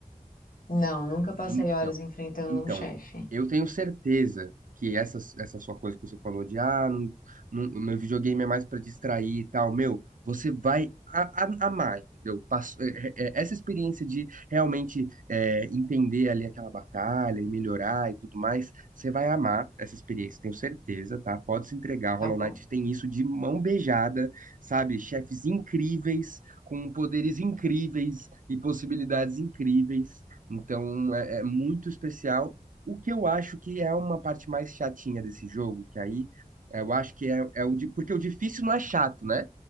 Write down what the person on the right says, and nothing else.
Então,
então,
eu tenho certeza que essa, essa sua coisa que você falou de ah, não, não- meu videogame é mais pra distrair e tal, meu, você vai a- a- amar, entendeu? Passo- é- é- é, essa experiência de realmente é, entender ali aquela batalha e melhorar e tudo mais, você vai amar essa experiência, tenho certeza, tá? Pode se entregar, Hollow
Knight tem isso de mão beijada, sabe? Chefes incríveis, com poderes incríveis e possibilidades incríveis. Então é, é muito especial. O que eu acho que é uma parte mais chatinha desse jogo, que aí é, eu acho que é, é o de, porque o difícil não é chato, né?